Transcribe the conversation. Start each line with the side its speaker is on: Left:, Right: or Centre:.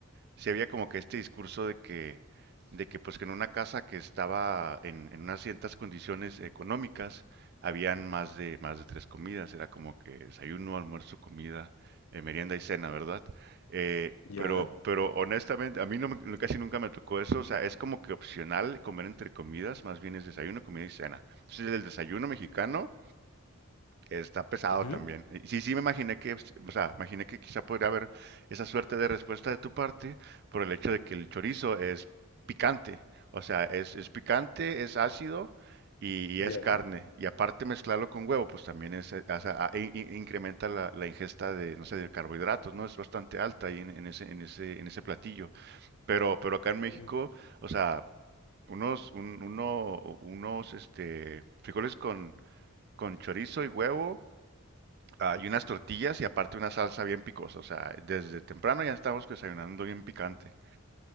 Right: sí había como que este discurso de que, de que pues que en una casa que estaba en, en unas ciertas condiciones económicas, habían más de, más de tres comidas, era como que desayuno, almuerzo, comida, eh, merienda y cena, ¿verdad? Eh,
Left: Ya,
Right: pero, pero honestamente, a mí no me- no, casi nunca me tocó eso, o sea, es como que opcional comer entre comidas, más bien es desayuno, comida y cena. Entonces el desayuno mexicano Está pesado
Left: ujú,
Right: también. Y sí, sí, me imaginé que, o sea, imaginé que quizá podría haber esa suerte de respuesta de tu parte por el hecho de que el chorizo es picante. O sea, es, es picante, es ácido y, y es
Left: ya.
Right: carne. Y aparte mezclarlo con huevo, pues también es, eh, hace- a- in- in- incrementa la, la ingesta de, no sé, de carbohidratos, ¿no? Es bastante alta ahí en, en ese, en ese, en ese platillo. Pero, pero acá en México,
Left: sí.
Right: o sea, unos, un- uno, unos, este, frijoles con, con chorizo y huevo ah, y unas tortillas y aparte una salsa bien picosa. O sea, desde temprano ya estamos desayunando bien picante.